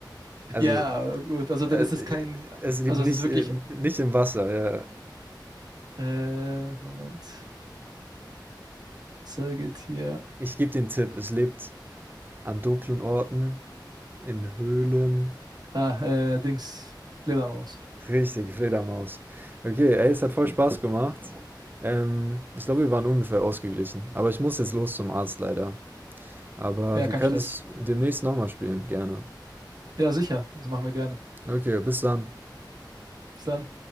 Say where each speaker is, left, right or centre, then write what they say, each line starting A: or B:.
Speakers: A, on the right; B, on the right.
A: Also,
B: Ja, gut. Also dann
A: äh,
B: ist es kein.
A: es lebt
B: Also
A: nicht,
B: es ist wirklich.
A: äh, nicht im Wasser. Ja.
B: Äh, Moment. Säugetier.
A: Ich gebe den Tipp, es lebt an dunklen Orten, in Höhlen.
B: Ah, äh, Dings. Fledermaus.
A: Richtig, Fledermaus. Okay, ey, es hat voll Spaß gemacht. Ähm, ich glaube, wir waren ungefähr ausgeglichen. Aber ich muss jetzt los zum Arzt leider. Aber
B: Ja,
A: wir
B: kein
A: können
B: Stress.
A: es demnächst nochmal spielen, gerne.
B: Ja, sicher. Das machen wir gerne.
A: Okay, bis dann.
B: Bis dann.